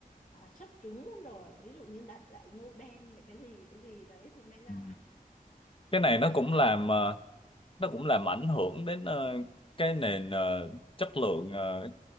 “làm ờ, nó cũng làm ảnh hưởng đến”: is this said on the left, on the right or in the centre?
Left